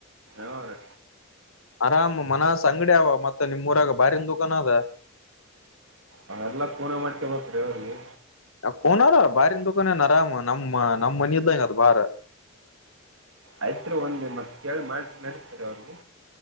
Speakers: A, on the right (about 60°); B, on the left (about 65°).
A: ಅವರ
B: ಆರಾಮ್ ಮನ ಅಂಗಡಿ ಅವ ಮತ್ತೆ ನಿಮ್ೂಊರಾಗ ಬಾರನ್ ದುಕಾಾನ ಅದ
A: ಅವ ಎಲ್ಲಾ ಕೂನೆ ಮಾಡ್ಕ ಮಕ್್ರೀ ಅವ್ರಿಗೆ
B: ಕೋನಾರ ಬಾರನ್ ದುಕಾನನ್ ಆರಾಮ್ ನಮ್ಮ ನಮ್ಮ್ ಮನ ಇದ್ದಂಗ ಅದ ಬಾರ
A: ಆಯ್ತ್ ಒಂದ ನಿ ಮ ಕೇಳಿ ಮಾಡ ನಡತಾರೆ ಅವ್ರಗೂ